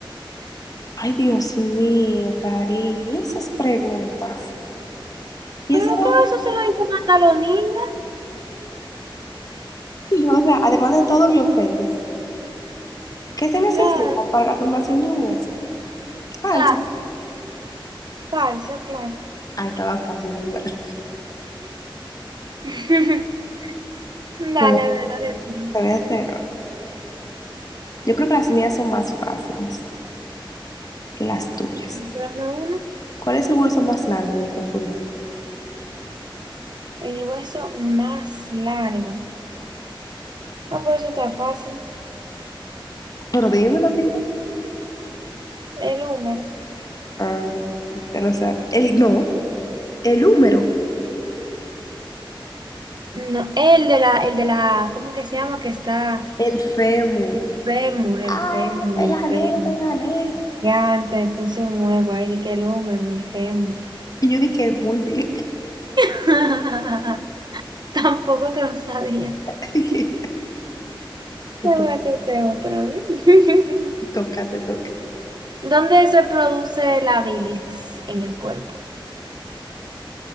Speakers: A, on the left; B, on the right.
A: Ay, Dios mío, cariño, y esas preguntas. Y
B: Pero
A: eso, <laughs>
B: claro, eso se lo dicen hasta los niños,
A: o sea, además de todo, me ofendes. ¿Qué se necesita
B: claro. O
A: para la formación de un hueso? Falso.
B: sea, Calcio, claro.
A: Ah, estaba fácil, en verdad.
B: <laughs> Dale,
A: Bueno,
B: a ver, dale. tú.
A: te voy a hacer. Yo creo que las mías son más fáciles que las tuyas.
B: Dame una.
A: ¿Cuál es el hueso más largo del cuerpo humano?
B: El hueso más largo. Ah, pues eso está fácil.
A: Pero dímelo, tío.
B: El húmero.
A: Ah, te lo sabes. El, no, el húmero.
B: No, el de la, el de la, ¿cómo que se llama? Que está
A: El fémur.
B: el fémur, el
A: Ah,
B: fémur,
A: te gané,
B: el fémur.
A: te gané.
B: Ya te puse un huevo ahí, di que el húmero, el fémur.
A: Y yo dije, muy bien.
B: <laughs> Tampoco te lo sabía.
A: <laughs> Te
B: Voy a hacerte otra vez. <laughs>
A: toca, te toca.
B: ¿Dónde se produce la bilis en el cuerpo?